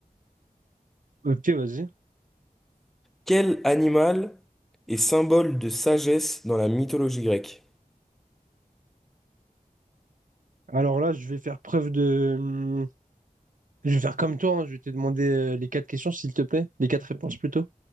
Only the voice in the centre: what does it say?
Quel animal est symbole de sagesse dans la mythologie grecque?